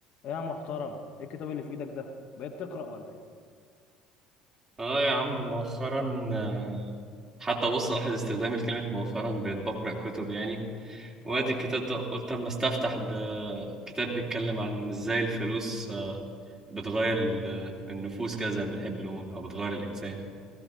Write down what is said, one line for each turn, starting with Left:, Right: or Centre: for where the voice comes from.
Left: ايه يا محترم ايه الكتاب اللي في ايدك ده بقيت تقرأ ولا ايه
Right: اه يا عم مؤخرا آه، حتى بص لاحظ استخدامي لكلمة مؤخرا بقيت بقرأ كتب يعني وادي
Left: اه
Right: الكتاب ده قلت اما استفتح بكتاب بيتكلم عن ازاي الفلوس آه، بتغير ال- آه، النفوس كده زي ما بنحب نقول او بتغير الانسان